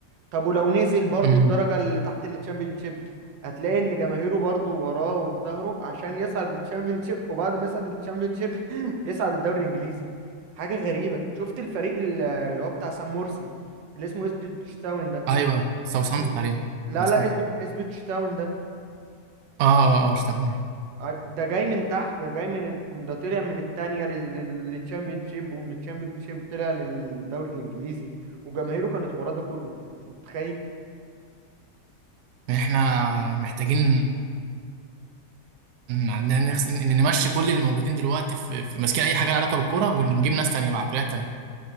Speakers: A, on the right (about 90°); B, on the right (about 70°).
A: طب ولو نزل برضو
B: امم
A: الدرجة اللي تحت الشيب هتلاقي ان جماهيره برضو وراه وفي ظهره عشان يصعد شيب وبعد ما يصعد شيب <laughs> يصعد الدوري الانجليزي حاجة غريبة شفت الفريق ال- اللي هو بتاع سام مرسي اللي اسمه اسبتشتاون ده
B: ايوه ساوثهامبتون
A: اسب...
B: تقريبا
A: لا
B: ولا اسمه
A: لا اسب... اسبتشتاون ده
B: اه اه اه اشتغل
A: ع- ده جاي من تحت ده جاي من الت- ده طلع من التانية للتشامبيونشيب ومن التشامبيونشيب طلع للدوري الانجليزي وجماهيره كانت وراه ده كله انت متخيل
B: احنا محتاجين إن عندنا نخس... إن- إن نمشي كل اللي موجودين دلوقتي في, في ماسكين اي حاجه لها علاقه بالكوره ونجيب ناس تانية بعقليات تانية